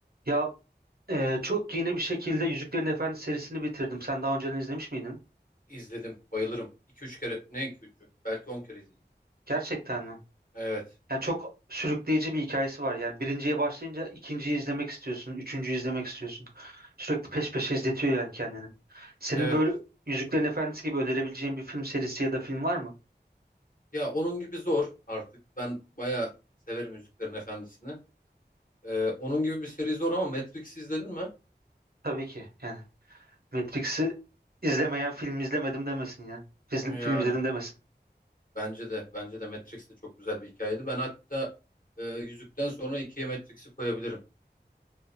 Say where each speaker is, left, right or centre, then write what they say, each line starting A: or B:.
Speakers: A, on the right (about 60°); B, on the left (about 50°).
A: Ya e, çok yeni bir şekilde Yüzüklerin Efendisi serisini bitirdim. Sen daha önceden izlemiş miydin?
B: İzledim. Bayılırım. 2 üç kere. Ne iki üçü? Belki 10 kere izledim.
A: Gerçekten mi?
B: Evet.
A: Yani çok sürükleyici bir hikayesi var. Yani birinciye başlayınca ikinciyi izlemek istiyorsun, üçüncüyü izlemek istiyorsun. Sürekli peş peşe izletiyor yani kendini. Senin
B: Evet.
A: böyle Yüzüklerin Efendisi gibi önerebileceğin bir film serisi ya da film var mı?
B: Ya onun gibi zor artık. Ben bayağı severim Yüzüklerin Efendisi'ni. Ee, onun gibi bir seri zor ama Matrix izledin mi?
A: Tabii ki. Yani Matrix'i izlemeyen film izlemedim demesin ya. Fiz- Film
B: Yani
A: izledim demesin.
B: bence de. Bence de Matrix de çok güzel bir hikayeydi. Ben hatta e, Yüzükten sonra ikiye Matrix'i koyabilirim.